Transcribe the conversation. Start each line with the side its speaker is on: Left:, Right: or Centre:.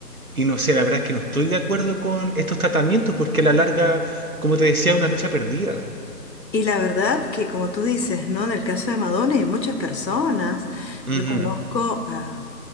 Right: Y no sé, la verdad es que no estoy de acuerdo con estos tratamientos porque a la larga, como te decía, es una lucha perdida.
Left: Y la verdad que como tú dices, ¿no? En el caso de Madonna y de muchas personas,
Right: Ujú.
Left: yo conozco a